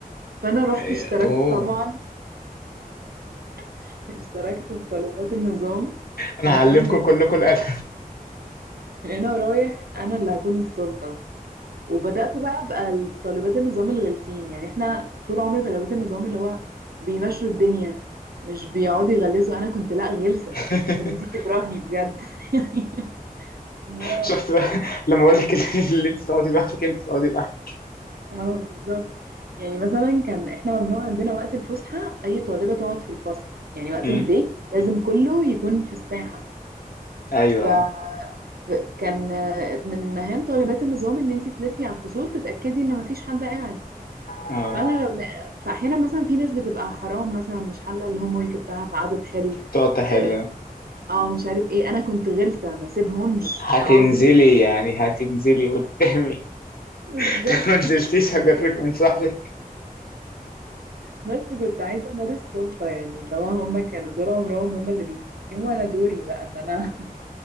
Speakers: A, on the right; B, on the left.
A: فانا رحت
B: أي-
A: اشتركت
B: اوه
A: طبعا <laughs> اشتركت في طالبات النظام
B: انا
A: عشان
B: هعلمكم
A: من هنا
B: كلكم الادب
A: من هنا ورايح انا اللي هكون السلطه وبدأت بقى أبقى طالبات النظام الغلسين يعني احنا طول عمري طالبات النظام اللي هو بيمشوا الدنيا مش بيقعدوا يغلسوا انا كنت لا غلسة
B: <laughs>
A: يعني كانت الناس بتكرهني بجد <laughs> يعني واو
B: شفت بقى لما اقول لك <laughs> اللي انت تقعدي لوحدك انت تقعدي لوحدك
A: اه بالظبط يعني مثلا كان احنا ممنوع عندنا وقت الفسحة اي طالبة تقعد في الفصل يعني وقت
B: أمم.
A: البريك لازم كله يكون في الساحة
B: ايوه
A: ف ف- كان آه، من مهام طالبات النظام ان انت تلفي على الفصول تتأكدي ان مفيش حد قاعد
B: اه
A: فانا لو لا- فاحيانا مثلا في ناس بتبقى حرام مثلا مش حله الهوم ورك بتاعها فقعدت تحل
B: تقعد تحل
A: اه آه، مش عارف ايه انا كنت غلسه ما سيبهمش
B: هتنزلي
A: اقعد
B: يعني هتنزلي قدامي
A: بالظبط
B: <laughs> ما نزلتيش هجرك من شعرك
A: بس كنت عايزه امارس سلطه يعني اللي هو هم كانوا طول عمرهم هم اللي بيتحكموا انا دوري بقى ان انا